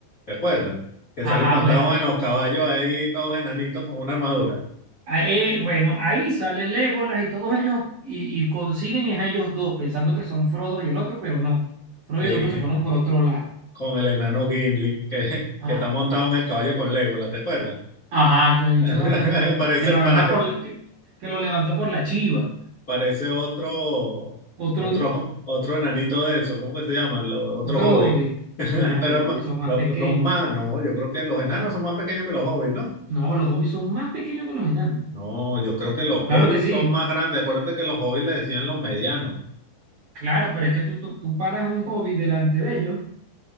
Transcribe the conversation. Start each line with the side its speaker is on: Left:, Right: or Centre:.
Left: ¿Recuerdan? Que
Right: Ajá,
Left: salen montados
Right: bueno,
Left: en los caballos ahí, todos enanitos con una armadura.
Right: Ahí, bueno, ahí sale Legolas y todos ellos y, y consiguen es a ellos dos, pensando que son Frodo y el otro, pero no. Frodo
Left: Eh,
Right: y el otro se fueron por otro lado.
Left: <laughs> con el enano Gimli, <laughs> que,
Right: Ajá,
Left: que está montado en el caballo con Legolas, ¿te acuerdas?
Right: ajá, que el bicho,
Left: <laughs>
Right: eh,
Left: Parece,
Right: que lo
Left: pare-
Right: agarra por la, que, que lo levantó por la chiva.
Left: parece otro,
Right: Otro,
Left: otro, otro enanito de eso. ¿Cómo que se llaman? Los, otro
Right: otro
Left: hobbit.
Right: hobbit
Left: <laughs>
Right: No,
Left: Pero
Right: pero los
Left: es más-
Right: hobbits son más
Left: los-
Right: pequeños.
Left: son más, ¿no? Yo creo que los enanos son más pequeños que los hobbits, ¿no?
Right: No, los hobbits son más pequeños que los enanos.
Left: No, yo creo que los
Right: Claro
Left: hobbits
Right: que sí,
Left: son más grandes. Acuérdate que los hobbits le decían los medianos.
Right: claro, pero es que tú, tú, tú paras a un hobbit delante de ellos